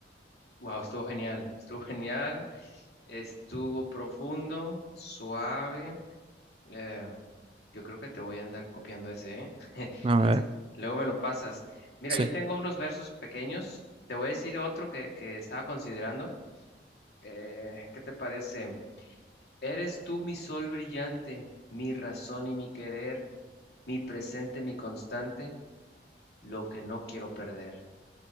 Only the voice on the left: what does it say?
Wow, estuvo genial, estuvo genial, estuvo profundo, suave. Eh, yo creo que te voy a andar copiando ese, ¿eh? <laughs>
Este,
luego me lo pasas. Mira,
yo tengo unos versos pequeños. Te voy a decir otro que, que estaba considerando. Eh, ¿qué te parece? Eres tú mi sol brillante, mi razón y mi querer, mi presente, mi constante, lo que no quiero perder.